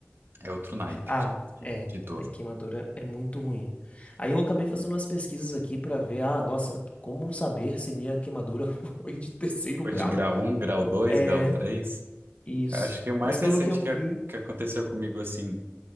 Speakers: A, on the right; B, on the left.
A: é outro naipe
B: Ah,
A: de,
B: é.
A: de, de dor.
B: né, Queimadura é muito ruim. Aí eu acabei fazendo umas pesquisas aqui pra ver, ah, nossa, como saber se minha queimadura <laughs> foi de terceiro
A: Foi
B: grau?
A: de grau um, grau dois,
B: É,
A: grau 3.
B: isso.
A: Acho que o mais
B: Mas pelo
A: recente
B: que eu
A: que,
B: vi.
A: a- que aconteceu comigo, assim,